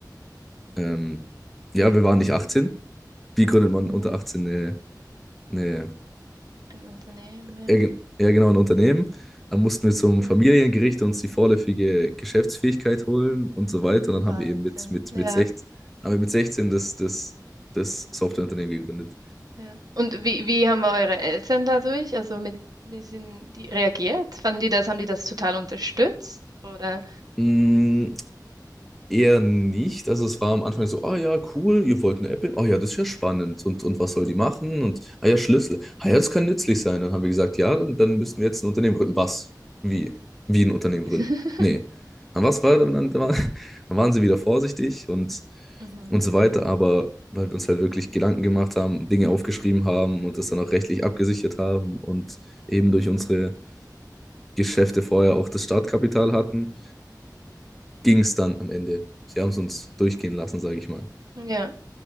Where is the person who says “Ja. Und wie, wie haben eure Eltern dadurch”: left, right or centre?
Right